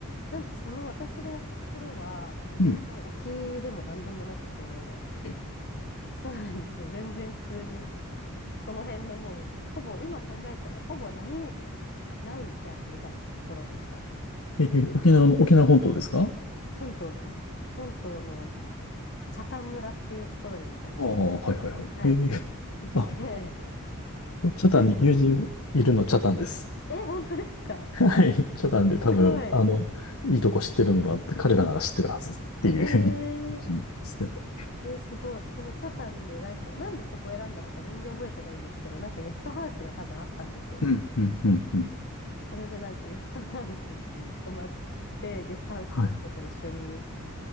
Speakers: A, on the left (about 50°); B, on the left (about 70°).
A: なんかその私がやったところは、もう全然沖でも何でもなくて、
B: うん。え、
A: そうなんですよ。全然普通に、その辺のもう、ほぼ、今考えたらほぼ波ないじゃんみたいなところでしたね。
B: えー沖縄の、沖縄本島ですか
A: 本島です。本島の北谷村っていうところに私、
B: ああー、はいはいはい。
A: はい、
B: えー、
A: 行って
B: あ、チャタンに友人いるのチャタンです。
A: <laughs> え、本当ですか
B: はい。チャタンで多分、
A: すごい。
B: あの、いいとこ知ってるのは彼らなら知ってるはずっていう
A: えー、
B: <laughs> 意見ですけど。
A: え、すごい。その北谷でなんか、なんでそこを選んだのか全然覚えてないんですけど、なんかゲストハウスが多分あったんですよね。
B: <laughs> うん、うん、うん、うん。
A: それでなんかゲストハウスに <laughs> 泊まって、ゲストハウスの人と一緒に
B: はい